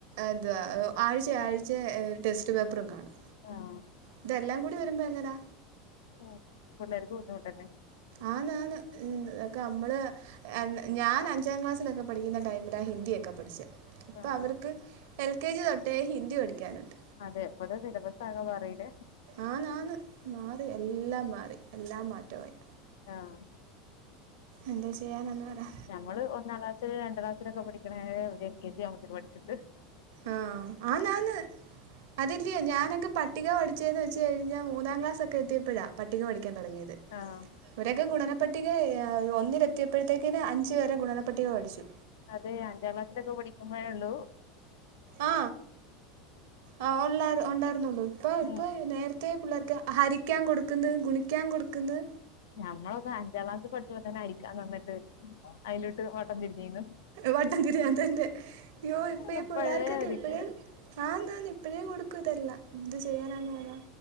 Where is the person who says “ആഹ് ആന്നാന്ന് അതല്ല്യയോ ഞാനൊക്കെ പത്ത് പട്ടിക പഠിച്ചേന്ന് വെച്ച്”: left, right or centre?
Right